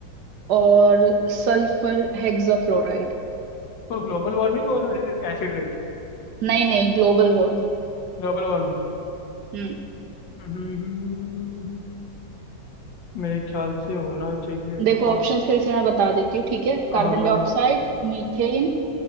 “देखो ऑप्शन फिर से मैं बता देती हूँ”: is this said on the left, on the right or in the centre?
Right